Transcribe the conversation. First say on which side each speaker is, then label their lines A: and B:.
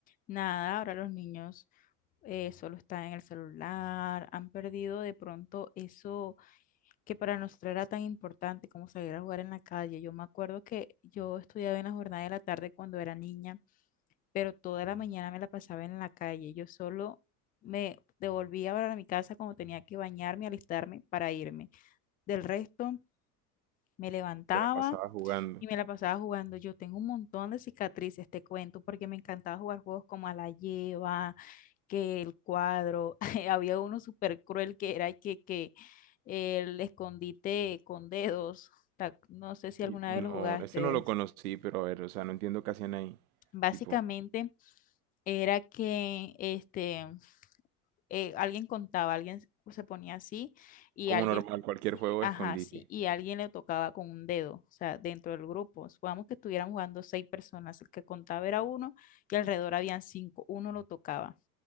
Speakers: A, on the left; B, on the right.
A: Nada, ahora los niños eh, solo están en el celular, han perdido de pronto eso que para nosotros era tan importante como salir a jugar en la calle. Yo me acuerdo que yo estudiaba en la jornada de la tarde cuando era niña pero toda la mañana me la pasaba en la calle. Yo solo me devolvía para mi casa cuando tenía que bañarme, alistarme para irme. Del resto, me levantaba
B: Se la pasaba jugando.
A: y me la pasaba jugando. Yo tengo un montón de cicatrices, te cuento, porque me encantaba jugar juegos como a la lleva, que el cuadro. <laughs> Había uno súper cruel que era que, que el escondite con dedos. Ta- No sé si
B: Y-
A: alguna
B: No,
A: vez lo jugaste.
B: ese no lo conocí, pero a ver, o sea, no entiendo qué hacían ahí.
A: Básicamente
B: Tipo,
A: era que este eh, alguien contaba, alguien se ponía así y
B: como
A: alguien,
B: normal, cualquier
A: sí,
B: juego
A: ajá,
B: de escondite.
A: sí, y alguien le tocaba con un dedo, o sea, dentro del grupo. Supongamos que estuvieran jugando seis personas, el que contaba era uno y alrededor habían cinco, uno lo tocaba.